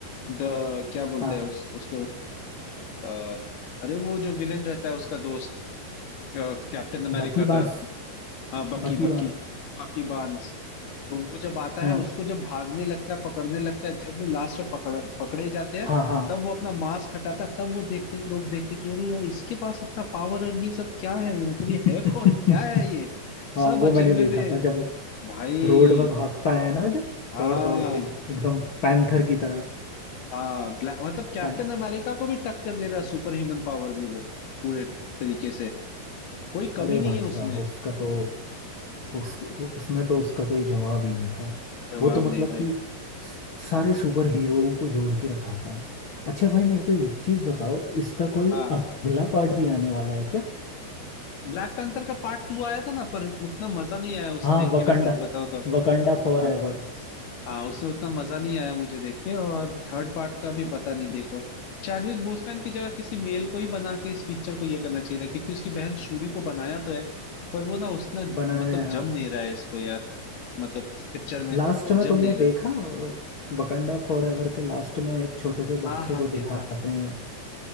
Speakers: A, on the left; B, on the left.
A: द क्या बोलते
B: हाँ
A: हैं उस उसको अ, अरे वो जो विलेन रहता है उसका दोस्त कैप्टन अमेरिका
B: बकी बास
A: का हाँ बकी
B: बकी
A: बकी
B: बास
A: बकी बार्न्स तो वो जब आता
B: हाँ
A: है उसको जब भागने लगता है पकड़ने लगता है जब वो लास्ट में पकड़ पकड़े जाते हैं
B: हाँ हाँ
A: तब वो अपना मास्क हटाता है तब वो देखते हैं लोग देखते हैं कि अरे यार इसके पास इतना पावर है ये सब क्या है ये
B: <laughs>
A: मतलब ये है कौन क्या है ये
B: हाँ
A: सब
B: वो
A: अचंभे
B: मैंने देखा
A: में
B: था जब
A: भाई
B: रोड में भागता है ना जब
A: हाँ
B: दौड़ दौड़ के एकदम पैंथर की तरह
A: हाँ ब्लैक मतलब कैप्टन
B: पैं
A: अमेरिका को भी टक्कर दे रहा है सुपर ह्यूमन पावर में वो पूरे तरीके से कोई कमी
B: अरे
A: नहीं
B: भाई
A: है
B: साहब
A: उसमें
B: उसका तो उस उसमें तो उसका कोई जवाब ही नहीं था
A: जवाब
B: वो तो मतलब
A: नहीं भाई
B: कि स- सारे सुपर हीरोओं को जोड़ के रखा था अच्छा भाई मेरे को एक चीज बताओ इसका कोई
A: हाँ
B: अगला पार्ट भी आने वाला है क्या
A: ब्लैक पैंथर का पार्ट टू आया था ना पर उतना मजा नहीं आया उसे
B: हाँ
A: देख
B: वकंडा
A: के मैं सच बताऊं तो
B: वकंडा फॉर
A: हाँ
B: एवर
A: हाँ उसमें उतना मजा नहीं आया मुझे देख के और थर्ड पार्ट का भी पता नहीं देखो चैडविक बोसमैन की जगह किसी मेल को ही बना के इस पिक्चर को ये करना चाहिए था क्योंकि उसकी बहन शूरी को बनाया तो है पर वो ना उसना
B: बनाया
A: मतलब
B: है हाँ
A: जम नहीं रहा है इसको यार मतलब पिक्चर में
B: लास्ट में
A: जम
B: तुमने
A: नहीं रहा
B: देखा
A: है
B: अ, वकंडा फॉर एवर के लास्ट में एक छोटे से
A: हाँ
B: बच्चे
A: हाँ
B: को दिखाते
A: देखा
B: हैं